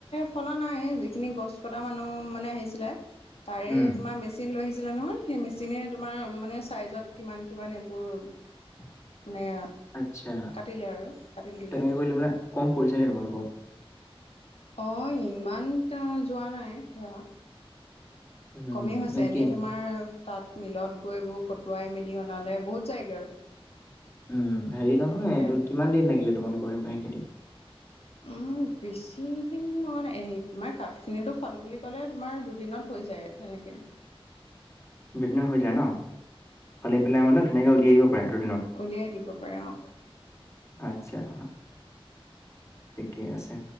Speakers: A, on the left; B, on the left.
A: ফলা নাই যিখিনি গছ কটা মানুহ মানে আহিছিলে তাৰে
B: উম।
A: তোমাৰ মেচিন লৈ আহিছিলে নহয় সেই মেচিনে তোমাৰ মানে চাইজত কিমান কিমান এইবোৰ মানে
B: আচ্ছা।
A: কাটিলে আৰু কাটি দিলে
B: তেনেকে কৰিলে মানে কম পৰিছে নি তোমালোকৰ?
A: অ ইমান যোৱা নাই ধৰা
B: উম,
A: কমেই হৈছে
B: নে
A: এনেই
B: কি
A: তোমাৰ তাত মিলত গৈ এইবোৰ কটোৱাই মেলি অনালে বহুত যায়গৈ আৰু
B: উম হেৰি নহয়টো
A: তেনেকে
B: কিমান দিন লাগিলে তোমালোকৰ সিম সেইখিনিত
A: উম বেছি দিন মানে তোমাৰ কাঠ খিনিতটো ফালো বুলি ক'লে তোমাৰ দুদিনত হৈ যায় তেনে তাকে
B: দুদিনৰ হৈ যায় ন ফালি পেলাই মানে ধুনীয়াকৈ উলিয়াই দিব পাৰে দুদিনত
A: উলিয়াই দিব পাৰে অঁ
B: আত্ছা
A: <unintelligible>
B: ঠিকেইে আছে